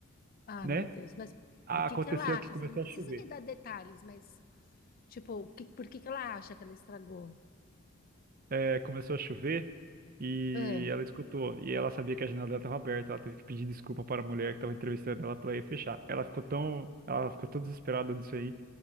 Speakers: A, on the left (about 40°); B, on the right (about 40°).
A: ah,
B: né?
A: meu Deus. Mas por
B: Aconteceu
A: que que ela acha
B: que começou
A: assim? Não precisa
B: a chover.
A: me dar detalhes, mas tipo, o que- por que que ela acha que ela estragou?
B: é, começou a chover e
A: Ah,
B: ela escutou. E ela sabia que a janela dela estava aberta. Ela teve que pedir desculpa para a mulher que estava entrevistando ela para ir fechar. Ela ficou tão, ela ficou tão desesperada disso aí.